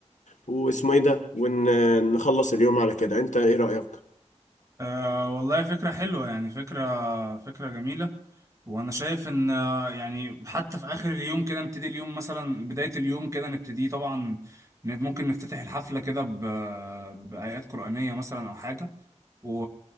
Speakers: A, on the left; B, on the right.
A: واسمه ايه ده ونخلص اليوم على كده انت ايه رأيك؟
B: أه والله فكرة حلوة يعني فكرة فكرة جميلة وأنا شايف إن آه، يعني حتى في آخر اليوم كده نبتدي اليوم مثلا بداية اليوم كده نبتدي طبعا ن- ممكن نفتتح الحفلة كده ب- بآيات قرآنية مثلا أو حاجة و...